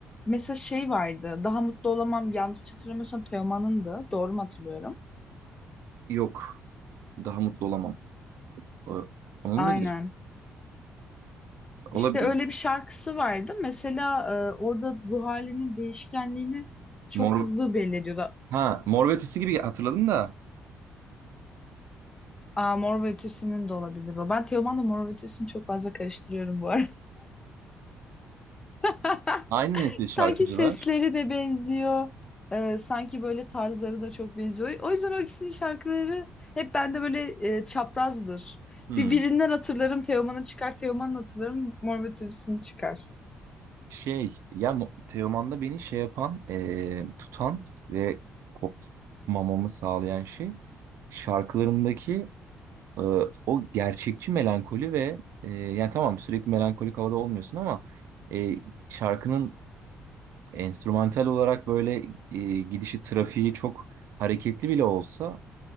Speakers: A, on the left; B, on the right.
A: mesela şey vardı. Daha mutlu olamam yanlış hatırlamıyorsam Teoman'ındı. Doğru mu hatırlıyorum?
B: Yok daha mutlu olamam. O- Onun
A: Aynen.
B: muydu? Olabilir.
A: İşte öyle bir şarkısı vardı. Mesela e, orada ruh halinin değişkenliğini çok
B: Mor,
A: hızlı belli ediyordu.
B: ha, Mor ve Ötesi gibi hatırladım da
A: Aa, Mor ve Ötesi'nin de olabilir o. Ben Teoman'la Mor ve Ötesi'ni çok fazla karıştırıyorum bu arada. <laughs>
B: aynı nesil
A: Sanki
B: şarkıcılar.
A: sesleri de benziyor. Ee, sanki böyle tarzları da çok benziyor. O yüzden o ikisinin şarkıları hep bende böyle e, çaprazdır.
B: Hmm.
A: Bir birinden hatırlarım Teoman'ı çıkar, Teoman'ın hatırlarım Mor ve Ötesi'ni çıkar.
B: Şey ya Mo- Teoman'da beni şey yapan eee, tutan ve kopmamamı sağlayan şey şarkılarındaki eee, o gerçekçi melankoli ve eee, yani tamam sürekli melankolik havada olmuyorsun ama eee, şarkının enstrümantal olarak böyle eee, gidişi trafiği çok hareketli bile olsa